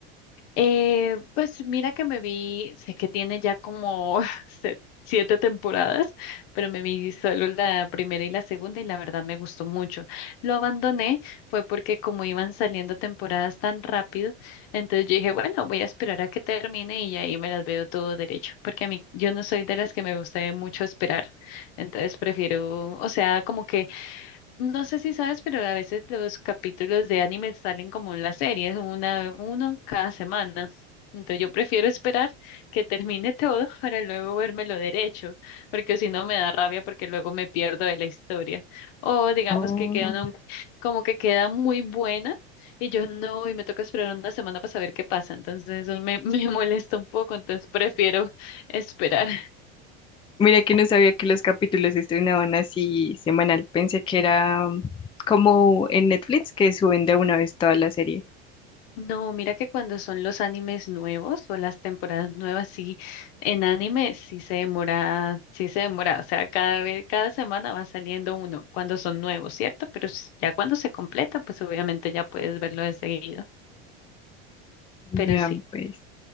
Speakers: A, on the left; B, on the left.
A: Eh, pues mira que me vi, sé que tiene ya como <laughs> se- siete temporadas, pero me vi solo la primera y la segunda y la verdad me gustó mucho. Lo abandoné fue porque como iban saliendo temporadas tan rápido, entonces yo dije, bueno, voy a esperar a que termine y ahí me las veo todo derecho, porque a mí yo no soy de las que me gusta mucho esperar, entonces prefiero, o sea, como que no sé si sabes, pero a veces los capítulos de anime salen como en las series, una, uno cada semana. Entonces yo prefiero esperar que termine <laughs> todo para luego lo derecho, porque si no me da rabia porque luego me pierdo de la historia. O digamos
B: Ah.
A: que queda un como que queda muy buena y yo no, y me toca esperar una semana para saber qué pasa. Entonces eso me, <laughs> me molesta un poco, entonces prefiero esperar.
B: Mira que no sabía que los capítulos se estrenaban así semanal, pensé que era um, como en Netflix que suben de una vez toda la serie.
A: No, mira que cuando son los animes nuevos o las temporadas nuevas, sí, en anime sí se demora, sí se demora, o sea, cada vez, cada semana va saliendo uno cuando son nuevos, ¿cierto? Pero s- ya cuando se completa, pues obviamente ya puedes verlo de seguido,
B: Vean
A: pero sí,
B: pues.